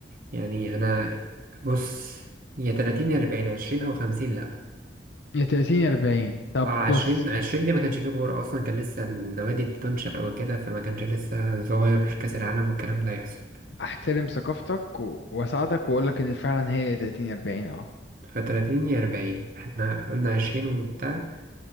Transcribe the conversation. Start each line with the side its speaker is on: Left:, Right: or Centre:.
Right: يعني انا بص يا 30 يا 40 20 او 50 لا
Left: يا 30 يا 40 طب
Right: اه 20
Left: بص
Right: 20 دي ما كانش فيه كوره اصلا كان لسه النوادي بتنشأ وكده فما كانش لسه صغير كاس العالم والكلام ده يحصل
Left: احترم ثقافتك و- واساعدك واقول لك ان فعلا هي 30 40 اه
Right: ف 30 يا 40 احنا قلنا 20 وبتاع